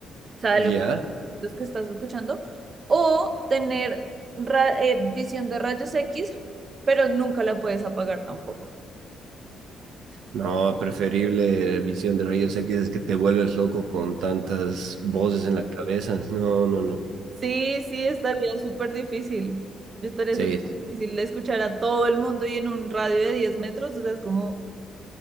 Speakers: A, on the right; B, on the right.
A: sea, de
B: ¿Ya?
A: lo que, los que estás escuchando, o tener ra- eh, visión de rayos X, pero nunca la puedes apagar tampoco.
B: No, preferible visión de rayos X es que te vuelves loco con tantas voces en la cabeza. <laughs> No, no, no.
A: Sí, sí, estaría súper difícil. Yo estaría
B: Sí,
A: súper
B: sí.
A: difícil escuchar a todo el mundo y en un radio de 10 metros, o sea, es como...